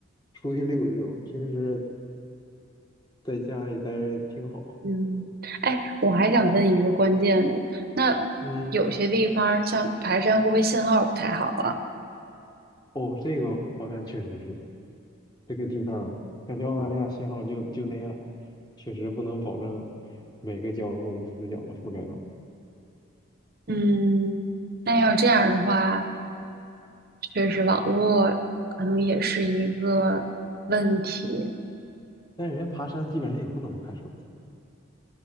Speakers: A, on the left; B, on the right.
A: 出去溜一溜，平时在家里待着挺好。
B: 嗯，哎，我还想问一个关键的，那有些地方儿像爬山会不会信号不太好啊？
A: 嗯，哦，这个好像确实是这个地方，感觉澳大利亚信号就就那样，确实不能保证每个角落无死角的覆盖到。
B: 嗯，那要这样的话，确实网络可能也是一个问题。
A: 但人家爬山基本上也不怎么看手机